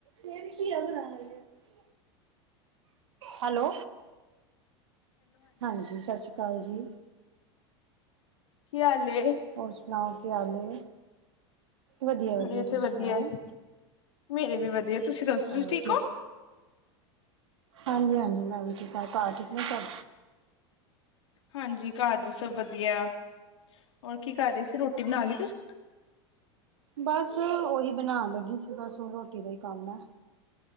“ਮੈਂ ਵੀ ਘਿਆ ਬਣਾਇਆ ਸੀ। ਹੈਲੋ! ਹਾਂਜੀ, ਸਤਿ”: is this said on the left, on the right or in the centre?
Right